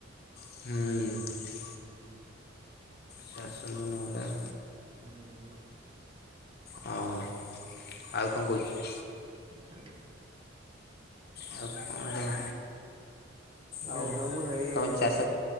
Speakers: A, on the left; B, on the right.
A: ହୁଁ।
B: ହୁଁ।
A: ସେ ଆସନ୍ତୁ ନହେଲେ ଆ
B: ହୁଁ।
A: ହଁ ଆଉ କଣ କହୁଚୁ
B: ହୁଁ।
A: ଆଉ କଣ ତମେ ଆଉ
B: ଏ ସବୁ ହେଇ
A: ତମ
B: ଏଠି
A: ଚାଷ
B: ନି